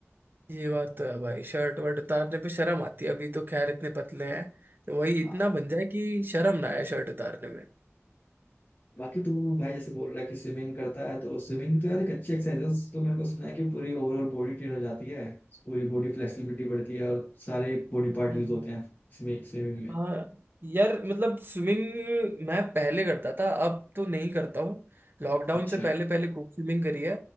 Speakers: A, on the right; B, on the left.
A: ये बात तो है भाई शर्ट वर्ट उतारने पे शर्म आती है अभी तो खैर इतने पतले हैं तो वही
B: हूँ
A: इतना बन जाए कि शर्म ना आए शर्ट उतारने
B: बाकी तू भाई जैसे बोल रहा है कि स्विमिंग करता है तो स्विमिंग तो यार एक अच्छी एक्सरसाइज है तो मेरे को सुना है कि पूरी ओवरऑल बॉडी ट्रेन हो जाती है पूरी बॉडी फ्लेक्सिबिलिटी बढ़ती है और सारे बॉडी पार्ट
A: में
B: यूज होते हैं स्विमिंग स्विमिंग में
A: हाँ यार मतलब स्विमिंग मैं पहले करता था अब तो नहीं करता हूँ लॉकडाउन
B: अच्छा
A: से पहले पहले खूब स्विमिंग करी है